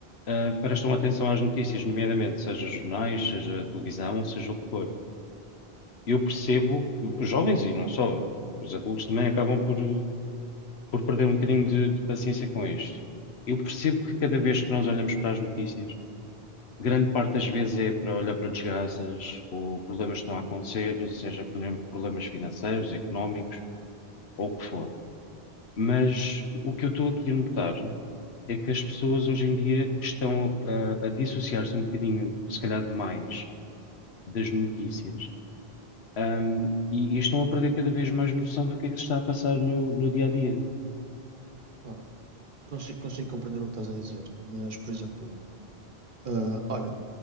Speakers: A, on the left (about 80°); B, on the right (about 55°).
A: ah, prestam atenção às notícias, nomeadamente seja jornais, seja televisão, seja o que for. Eu percebo, os jovens e não só, os adultos também acabam por, eh, por perder um bocadinho de, de paciência com isto. Eu percebo que cada vez que nós olhamos para as notícias, grande parte das vezes é para olhar para desgraças ou problemas que estão a acontecer, seja problem- problemas financeiros, económicos ou o que for. Mas o que eu estou aqui a notar é que as pessoas hoje em dia estão ah, a dissociar-se um bocadinho, se calhar demais, das notícias, ahm, e, e estão a perder cada vez mais noção do que é que se está a passar no, no dia a dia.
B: Pá, consigo, consigo compreender o que estás a dizer, mas, por exemplo, ah, olha,